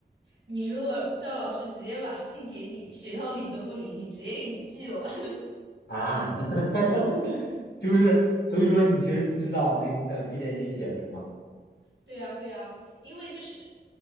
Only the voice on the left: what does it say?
啊，<laughs> 就是所以说你其实不知道那那个推荐信写了什么。